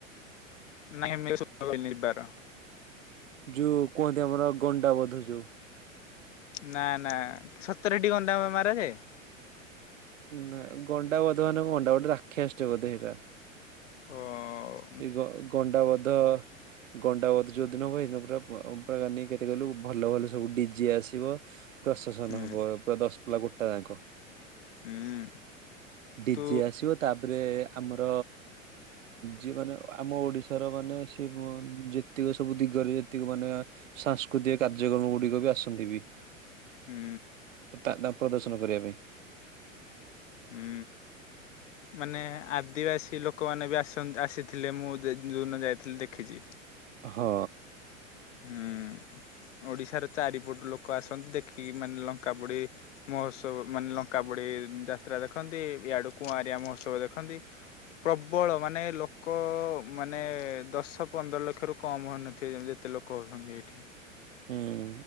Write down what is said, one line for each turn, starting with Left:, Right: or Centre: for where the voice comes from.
Left: ନାଇଁ <inaudible>
Right: ଯୋଉଁ କୁହନ୍ତି ଆମର ଗଣ୍ଡାବଧ ଯୋଉଁ।
Left: ନା ନା ସତରେ ହେଟି ଗନ୍ଦା ମରା ଯାଏ।
Right: ନା ଗଣ୍ଡା ବୋଧ ମାନେ ଗଣ୍ଡା ଗୋଟେ ରାକ୍ଷସ ବୋଧେ ସେଇଟା।
Left: ହଁ ଅଁ-ଅ
Right: ସେଇ ଗ ଗଣ୍ଡାବଧ। ଗଣ୍ଡାବତ ଯୋଉଁ ଦିନ ହୁଏ ସେ ଦିନ ପୁରା ପୁରା କେତେ କିଲୁ ଭଲ ଭଲ ସବୁ ଡିଜେ ଆସିବ। ପ୍ରଶାସନ
Left: ହୁଁ
Right: ହବ ପୁରା ଦଶ ପିଲା ଗୋଟା ଯାକ।
Left: ହୁଁ।
Right: ଡିଜି
Left: ତୁ
Right: ଆସିବ ତାପରେ ଆମର ଯିଏ ମାନେ ଆମ ଓଡ଼ିଶାର ମାନେ ସେ ଯେତିକ ସବୁ ଦିଗରେ ଯେତିକି ମାନେ। ସାଂସ୍କୃତିକ କାର୍ଯ୍ୟକ୍ରମ ଗୁଡିକ ବି ଆସନ୍ତି ବି
Left: ହୁଁ।
Right: ତା ନା ପ୍ରଦର୍ଶନ କରିବା ପାଇଁ।
Left: ହୁଁ। ମାନେ ଆଦିବାସୀ ଲୋକମାନେ ବି ଆସନ୍ତି। ଆସିଥିଲେ ମୁଁ ଯେଉଁଦିନ ଯାଇଥିଲି ଦେଖିଛି।
Right: ହଁ।
Left: ହୁଁ, ଓଡିଶାର ଚାରିପଟୁ ଲୋକ ଆସନ୍ତି ଦେଖିକି ମାନେ ଲଙ୍କା ପୋଡ଼ି- ମହୋତ୍ସବ ମାନେ ଲଙ୍କା ପୋଡ଼ି ଯାତ୍ରା ଦେଖନ୍ତି ଇଆଡୁ କୁଆଁରିଆ ମହୋତ୍ସବ ଦେଖନ୍ତି। ପ୍ରବଳ ମାନେ ଲୋକ ମାନେ, ଦଶ ପନ୍ଦର ଲକ୍ଷରୁ କମ୍ ହୋଇନଥିବେ ଯେତେ ଲୋକ। ହେଉଛନ୍ତି ଏଇଠି
Right: ହୁଁ